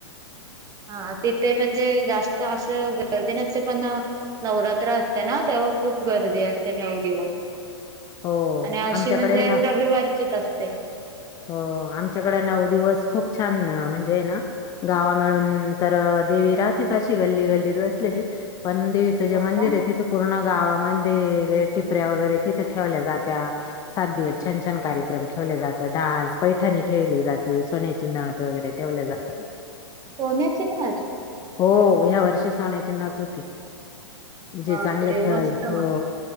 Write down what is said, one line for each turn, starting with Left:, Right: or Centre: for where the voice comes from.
Right: हा तिथे म्हणजे जास्त असं गरज नसते पण नवरात्र असते ना तेव्हा खूप गर्दी असते नऊ दिवस
Left: हो
Right: आणि अशी
Left: आमच्याकडे
Right: म्हणजे
Left: ना
Right: रविवारीचीच असते
Left: हो आमच्याकडे नऊ दिवस खूप छान म्हणजे ना गावा मिळून तर देवी रातच अशी गल्ली गल्ली बसलेली पण देवीचं जे
Right: हो
Left: मंदिर
Right: का
Left: आहे तिथं पूर्ण गावामध्येले टिपऱ्या वगैरे तिथे ठेवल्या जात्या सात दिवस छान छान कार्यक्रम ठेवल्या जात्या डान्स पैठणी ठेवली जाते सोन्या चि नावत वगैरे ठेवले जातात
Right: सम्याचे नाज
Left: हो ह्या वर्षी स होण्यायची नत होती जे
Right: बापरे
Left: चांगले खेळ
Right: मस्त
Left: हो
Right: म